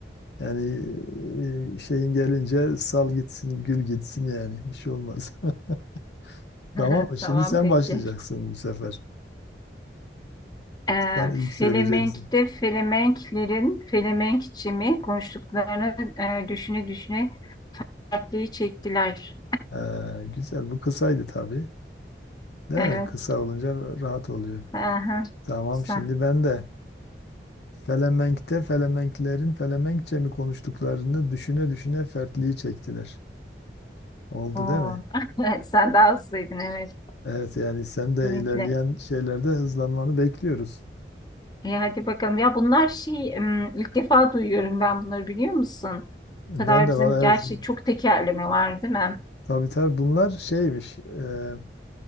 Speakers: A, on the left; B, on the left.
A: Yani e, e, şeyin gelince sal gitsin, gül gitsin yani. Bir şey olmaz. <laughs> Tamam
B: <laughs>
A: mı? Şimdi
B: Tamam
A: sen
B: peki.
A: başlayacaksın bu sefer.
B: E,
A: Sen ilk söyleyeceksin.
B: Felemenk'te Felemenklerin Felemenkçimi konuştuklarını e, düşüne düşüne dertliği çektiler.
A: Ee, güzel. Bu kısaydı tabii. Değil
B: Evet.
A: mi? Kısa olunca rahat oluyor.
B: Aha,
A: Tamam.
B: sen.
A: Şimdi ben de Felemenk'te Felemenklerin Felemenkçe mi konuştuklarını düşüne düşüne fertliği çektiler. Oldu
B: Oo.
A: değil mi?
B: <laughs> Sen daha hızlıydın evet
A: Evet yani sen
B: kesinlikle.
A: de ilerleyen şeylerde hızlanmanı bekliyoruz.
B: E, hadi bakalım. Ya bunlar şey em, ilk defa duyuyorum ben bunları biliyor musun?
A: Ben
B: Bu kadar
A: de
B: bizim
A: valla
B: gerçi
A: evet
B: çok tekerleme var değil mi?
A: tabii tabii bunlar şeymiş e,